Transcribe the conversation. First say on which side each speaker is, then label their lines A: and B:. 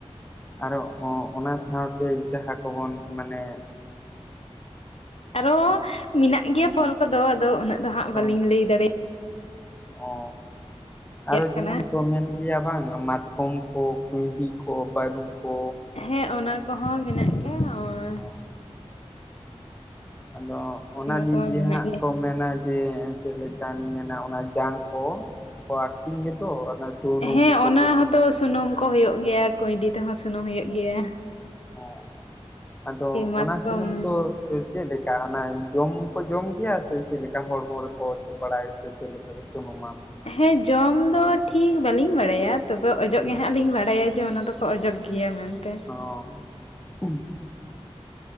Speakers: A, on the left; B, on the left.
A: ᱟᱨᱚ ᱚ ᱚᱱᱟ ᱥᱟᱶᱛᱮ ᱡᱟᱦᱟᱸ ᱠᱚᱵᱚᱱ ᱢᱟᱱᱮ
B: ᱟᱨᱚ ᱢᱮᱱᱟᱜ ᱜᱮᱭᱟ ᱯᱷᱚᱞ ᱠᱚᱫᱚ ᱟᱫᱚ ᱩᱱᱟᱹᱜ ᱫᱚᱦᱟᱸᱜ
A: ᱦᱳᱭ
B: ᱵᱟᱞᱤᱧ ᱞᱟᱹᱭ ᱫᱟᱲᱮᱜ
A: ᱚ ᱟᱨᱚ
B: ᱠᱟᱱᱟ
A: ᱡᱟᱦᱟᱱ ᱠᱚ ᱢᱮᱱ ᱜᱮᱭᱟ ᱵᱟᱝ ᱢᱟᱛᱠᱚᱢ ᱠᱚ ᱠᱩᱸᱩᱭᱰᱤ ᱠᱚ ᱵᱟᱹᱨᱩ ᱠᱚ
B: ᱦᱮᱸ ᱚᱱᱟ ᱠᱚᱦᱚᱸ ᱢᱮᱱᱟᱜ ᱜᱮᱭᱟ ᱚᱭ
A: ᱚ ᱟᱫᱚ ᱚᱱᱟ ᱫᱤᱠ
B: ᱠᱚᱢᱟ ᱢᱮᱱᱟᱜ
A: ᱫᱤᱭᱮ ᱦᱟᱸᱜ
B: ᱜᱮ
A: ᱠᱚ ᱢᱮᱱᱟ ᱡᱮ ᱪᱮᱫ ᱞᱮᱠᱟ ᱢᱮᱱᱟ ᱚᱱᱟ ᱡᱟᱝ ᱠᱚ ᱠᱚ ᱟᱠᱷᱨᱤᱧ ᱜᱮᱫᱚ ᱚᱱᱟ ᱥᱩᱱᱩᱢ
B: ᱦᱮᱸ
A: ᱠᱚ
B: ᱚᱱᱟ
A: ᱦᱩᱭᱩᱜ
B: ᱦᱚᱸᱛᱚ
A: ᱜᱮᱭᱟ
B: ᱥᱩᱱᱩᱢ ᱠᱚ ᱦᱩᱭᱩᱜ ᱜᱮᱭᱟ ᱠᱩᱭᱰᱤ ᱛᱮᱦᱚ ᱥᱩᱱᱩᱢ ᱠᱚ ᱦᱩᱭᱩᱜ ᱜᱮᱭᱟ᱾
A: ᱚ ᱟᱫᱚ
B: ᱢᱟᱛᱠᱚᱢ
A: ᱚᱱᱟ ᱥᱩᱱᱩᱢ ᱫᱚ ᱪᱮᱫ ᱞᱮᱠᱟ ᱚᱱᱟ ᱡᱚᱢ ᱠᱚ ᱡᱚᱢ ᱜᱮᱭᱟ ᱥᱮ ᱪᱮᱫ ᱞᱮᱠᱟ ᱦᱚᱲᱢᱚ ᱨᱮᱠᱚ ᱚᱡᱚᱜ ᱵᱟᱲᱟᱭ ᱥᱮ ᱪᱮᱫ ᱞᱮᱠᱟ ᱠᱚ ᱥᱩᱱᱩᱢᱟ ᱚᱱᱟ?
B: ᱦᱮᱸ ᱡᱚᱢ ᱫᱚ ᱴᱷᱤᱠ ᱵᱟᱞᱤᱧ ᱵᱟᱲᱟᱭᱟ ᱛᱚᱵᱮ ᱚᱡᱚᱜ
A: ᱦᱮᱸ
B: ᱜᱮ ᱦᱟᱸᱜ ᱞᱤᱧ ᱵᱟᱲᱟᱭᱟ᱾ ᱡᱮ ᱚᱱᱟ ᱫᱚᱠᱚ ᱚᱡᱚᱜ ᱜᱮᱭᱟ ᱢᱮᱱᱛᱮ᱾
A: ᱚ